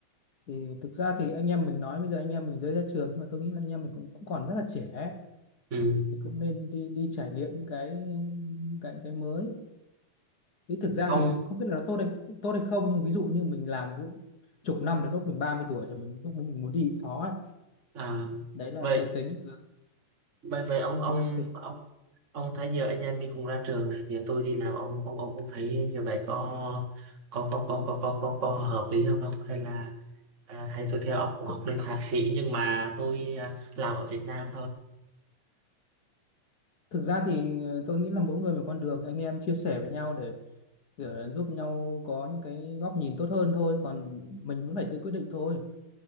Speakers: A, on the left; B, on the right.
A: thì thực ra thì anh em mình nói bây giờ anh em mình mới ra trường nhưng mà tôi nghĩ là anh em mình cũng, cũng còn rất là trẻ ấy.
B: Ừ.
A: thì cũng nên đi đi trải nghiệm những cái những cái cái mới thì thực ra
B: ông
A: thì không biết là nó tốt hay tốt hay không nhưng ví dụ như mình làm lúc chục năm đến lúc mình 30 tuổi rồi mình lúc mình muốn đi cũng khó ấy.
B: à,
A: đấy là
B: vậy
A: tôi tính
B: vậy vậy ông ông
A: thì đang tính
B: ông thấy giờ anh em mình cũng ra trường rồi giờ tôi đi làm ông ông ông cũng thấy như vậy có có có có có có có, có hợp lý không không hay là à, hay tôi theo ông cũng
A: thực,
B: học lên thạc sĩ nhưng mà tôi à, làm ở Việt Nam
A: thực ra thì tôi nghĩ là mỗi người một con đường anh em chia sẻ với nhau để, để giúp nhau có những cái góc nhìn tốt hơn thôi còn mình cũng phải tự quyết định thôi